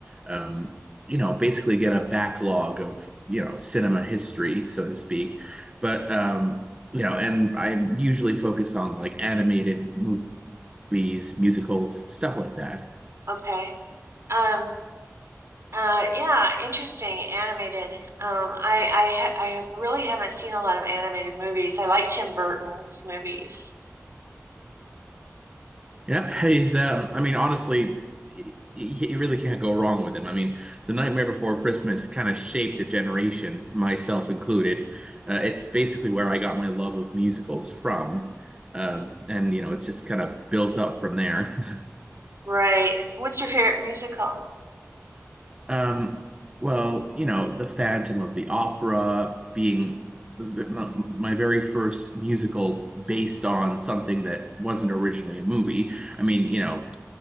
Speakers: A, on the right (about 20°); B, on the right (about 60°).
A: Um, you know, basically get a backlog of, you know, cinema history, so to speak. But um, you know, and I'm usually focused on like animated movies movies, musicals, stuff like that.
B: Okay. Um, uh, yeah, interesting. Animated. Um, I I ha I have- really haven't seen a lot of animated movies. I like Tim Burton's movies.
A: Yep, <laughs> he's um I mean honestly y- y- you really can't go wrong with him. I mean, The Nightmare Before Christmas kind of shaped a generation, myself included. Uh, it's basically where I got my love of musicals from. Um, and you know, it's just kind of built up from there. <laughs>
B: Right. What's your favorite musical?
A: Um, well, you know, The Phantom of the Opera being the, my, my very first musical based on something that wasn't originally a movie. I mean, you know,